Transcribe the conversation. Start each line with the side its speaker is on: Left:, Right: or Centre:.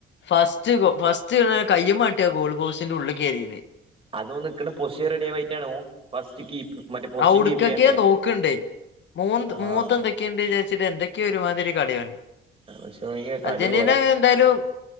Left: ഫസ്റ്റ് ഫസ്റ്റ് കയ്യുമാട്ടിയ ഗോൾ ബോക്സിന്റെ ഉള്ളിൽ കയറിയത്
Right: അത് ഓൻ നിക്കുന്ന പൊസിഷൻ റെഡിയാവെഞ്ഞിട്ടാണ് ഓൻ ഫസ്റ്റ് കീപ്പ് മറ്റേ പൊസിഷൻ
Left: അവട്ക്കൊക്കെ
Right: കീപ്പ് ചെയ്യണ്ടേ
Left: നോക്കണ്ട് മൂ
Right: ആഹ്
Left: മൂത് എന്തൊക്കെ ക്കെണ്ട് വിചാരിച്ചിട്ട് എന്തൊക്കെയ ഒരുമാതിരി കളിയാണ്
Right: പക്ഷെ ഓനിക്ക്
Left: അർജന്റീന
Right: കളി പോരാ
Left: എന്തായാലും